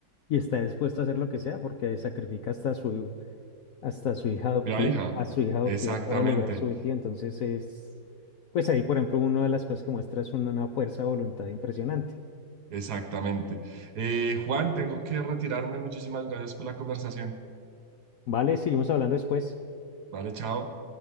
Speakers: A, on the left (about 70°); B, on the right (about 60°).
A: y está dispuesto a hacer lo que sea porque sacrifica hasta su, hasta su hija
B: Propia
A: adoptiva,
B: hija.
A: a su hija adoptiva
B: Exactamente.
A: para lograr su objetivo. Entonces es, pues ahí, por ejemplo, una de las cosas que muestra es una fuerza de voluntad impresionante.
B: Exactamente. Eh, Juan, tengo que retirarme. Muchísimas gracias por la conversación.
A: Vale, seguimos hablando después.
B: Vale, chao.